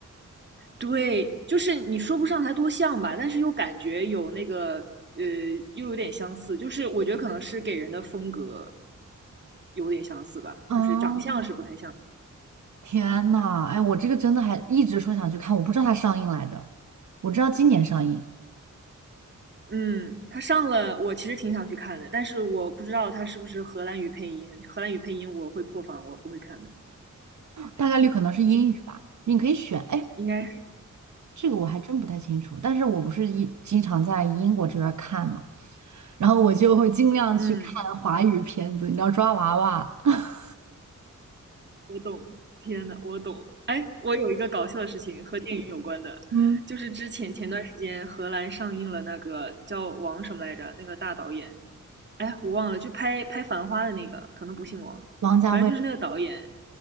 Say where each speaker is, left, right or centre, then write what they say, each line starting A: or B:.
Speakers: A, on the right; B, on the right.
A: 对，就是你说不上它多像吧，但是又感觉有那个呃又有点相似，就是我觉得可能是给人的风格有点相似吧，
B: 啊，
A: 就是长相是不太像。
B: 天呐，哎，我这个真的还一直说想去看，我不知道它上映来着，我知道今年上映，
A: 嗯，他上了，我其实挺想去看的，但是我不知道他是不是荷兰语配音。荷兰语配音我会破防，我不会看的。
B: 大概率可能是英语吧。
A: 听，
B: 你可以选，哎，
A: 应该是，
B: 这个我还真不太清楚，
A: 嗯
B: 但是我不是一经常在英国这边儿看嘛，然后我就会尽量去看华语片子，
A: 嗯，
B: 你知道抓娃娃，<laughs>
A: 我懂。天呐，我懂。哎，我有一个搞笑的事情和电影有关的，
B: 嗯
A: 就是之前前段时间荷兰上映了那个叫王什么来着，那个大导演，哎，我忘了，就拍拍《繁花》的那个，可能不姓王，
B: 王家卫，
A: 反正就是那个导演，